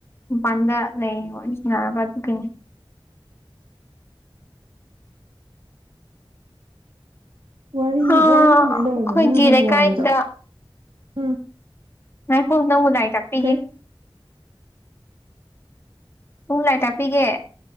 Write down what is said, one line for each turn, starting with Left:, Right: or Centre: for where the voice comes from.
Left: ꯃꯄꯥꯟꯗ ꯂꯩꯌꯦ ꯋꯥꯔꯤ ꯁꯅꯔꯒ ꯗꯨꯀꯤꯟ
Right: ꯋꯥꯔꯤ
Left: ꯍꯥ
Right: ꯋꯥꯔꯤ ꯀꯃꯥꯏꯟ
Left: ꯑꯩꯈꯣꯏꯒꯤ
Right: ꯇꯧꯔꯒꯦ ꯅꯪꯅ ꯍꯥꯏꯕ
Left: ꯂꯩꯀꯥꯏꯗ
Right: ꯋꯥꯔꯤꯗꯣ ꯎꯝ
Left: ꯉꯏꯈꯣ ꯅꯪꯕꯨ ꯂꯥꯏꯔꯤꯛ ꯇꯥꯛꯄꯤꯒꯦ
Right: ꯀꯩ
Left: ꯄꯨꯡ ꯂꯥꯏ ꯇꯥꯛꯄꯤꯒꯦ